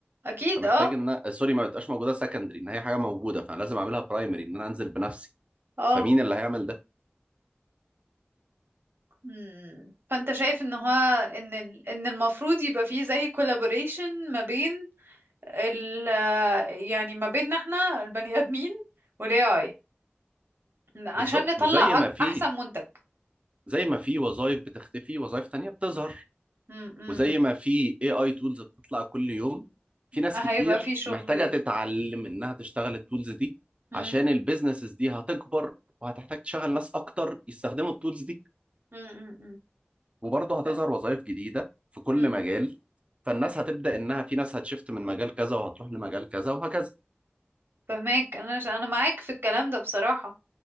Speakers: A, on the right; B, on the right.
A: أكيد
B: فمحتاج
A: اه
B: ان آه، سوري ما بتبقاش موجوده سكندري ان هي حاجه موجوده فانا لازم اعملها برايمري ان انا انزل بنفسي
A: اه
B: فمين اللي هيعمل ده
A: مم. فانت شايف ان هو ان ال- ان المفروض يبقى فيه زي كولابوريشن ما بين ال يعني ما بيننا احنا البني ادمين والاي اي عشان
B: بالظبط
A: نطلع
B: وزي ما
A: أج-
B: في
A: احسن منتج
B: زي ما في وظائف بتختفي وظائف تانية بتظهر
A: مم. مم.
B: وزي ما في اي اي تولز بتطلع كل يوم في ناس
A: هيبقى
B: كتير
A: فيه شغل
B: محتاجه
A: لي
B: تتعلم انها تشتغل التولز دي
A: مم.
B: عشان البيزنسز دي هتكبر وهتحتاج تشغل ناس اكتر يستخدموا التولز دي
A: مم. مم. مم.
B: وبرضه هتظهر
A: ده
B: وظائف جديدة في كل
A: مم.
B: مجال فالناس هتبدأ إنها في ناس هتشفت من مجال كذا وهتروح لمجال كذا وهكذا
A: فهماك انا انا معاك في الكلام ده بصراحة